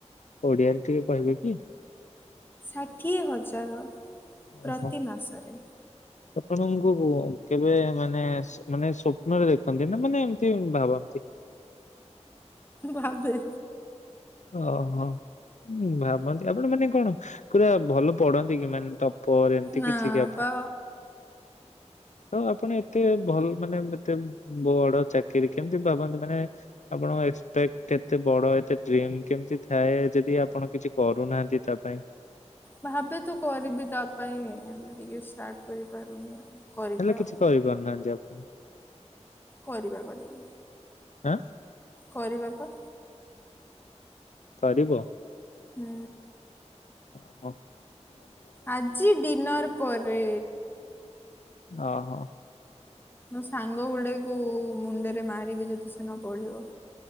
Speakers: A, on the left; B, on the left.
A: ଓଡିଆରେ ଟିକେ କହିବେ କି?
B: ଷାଠିଏ ହଜାର ପ୍ରତି
A: ଓହୋ
B: ମାସରେ।
A: ଆପଣଙ୍କୁ କେବେ ମାନେ ମାନେ ସପ୍ନରେ ଦେଖନ୍ତି। ନା ମାନେ ଏମିତି ଭାବନ୍ତି।
B: ଭାବେ?
A: ଓହୋ ଭାବନ୍ତି। ଆପଣ ମାନେ କଣ ପୁରା ଭଲ ପଢନ୍ତି କି? ମାନେ ତ ପରେ ଏମିତି
B: ନା
A: କିଛି <unintelligible>
B: ପା
A: ତ ଆପଣ ଏତେ ଭଲ ମାନେ ଏତେ ବଡ ଚାକିରି କେମିତି ଭାବନ୍ତି। ମାନେ ଅ ଆପଣଙ୍କ ଏକ୍ସପେକ୍ଟ ଏତେ ବଡ ଏତେ ଡିରିମ କେମିତି ଥାଏ। ଯଦି ଆପଣ କିଛି କରୁନାହାନ୍ତି ତା ପାଇଁ।
B: ଭାବେ ତୁ କରିବି ତା ପାଇଁ ହେଲେ ଟିକେ ଷ୍ଟାର୍ଟ କରିପାରୁନି ଆଉ। କରିବା
A: ହେଲେ କିଛି
B: ଆଉ
A: କରିପାରୁନାହାନ୍ତି ଆପଣ?
B: କରିବା କରିବା।
A: ଆଁ।
B: କରିବାପା।
A: କରିବ।
B: ହୁଁ।
A: ଓ ହୋ।
B: ଆଜି ଡିନର୍ ପରେ
A: ଓ ହୋ।
B: ମୋ ସାଙ୍ଗ ଗୁଡେକୁ ମୁଣ୍ଡରେ ମାରିବି ଯଦି ସେ ନ ପଢିବ।